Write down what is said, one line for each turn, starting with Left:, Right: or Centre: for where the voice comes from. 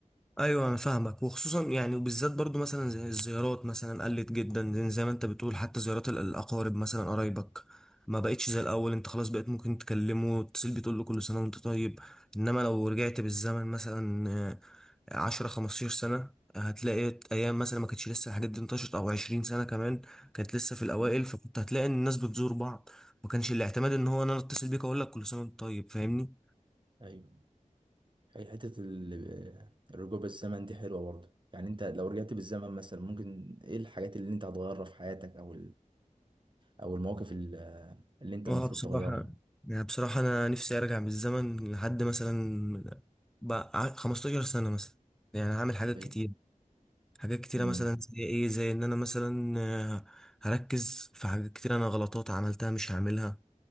Centre: ايوه انا فاهمك وخصوصا يعني وبالذات برضو مثلا زي الزيارات مثلا قلت جدا زي زي ما انت بتقول حتى زيارات ال- الاقارب مثلا قرايبك ما بقتش زي الاول انت خلاص بقيت ممكن تكلمه وتتصل بيه تقول له كل سنه وانت طيب انما لو رجعت بالزمن مثلا 10 15 سنة هتلاقي أيام مثلا ما كانتش لسه الحاجات دي انتشرت أو 20 سنة كمان كانت لسه في الأوائل
Right: مم.
Centre: فكنت هتلاقي إن الناس بتزور بعض ما كانش الاعتماد إن هو أنا أتصل بيك أقول لك كل سنة وأنت طيب فاهمني؟
Right: ايوه هي حتة ال- الرجوع بالزمن دي حلوة برضه يعني انت لو رجعت بالزمن مثلا ممكن ايه الحاجات اللي انت هتغيرها في حياتك او او المواقف ال- اللي انت
Centre: اه
Right: المفروض
Centre: بصراحة
Right: تغيرها
Centre: يعني بصراحة أنا نفسي أرجع بالزمن لحد مثلا بقى ع- 15 سنة مثلا يعني هعمل حاجات
Right: ايوه
Centre: كتير حاجات كتيرة
Right: امم
Centre: مثلا زي إيه زي إن أنا مثلا آه، هركز في حاجات كتير أنا غلطات عملتها مش هعملها